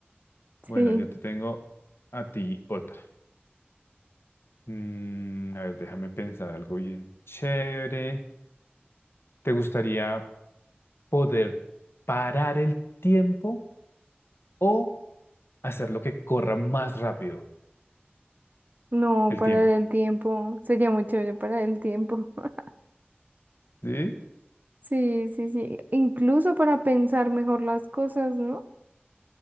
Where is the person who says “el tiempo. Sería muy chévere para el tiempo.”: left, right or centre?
Right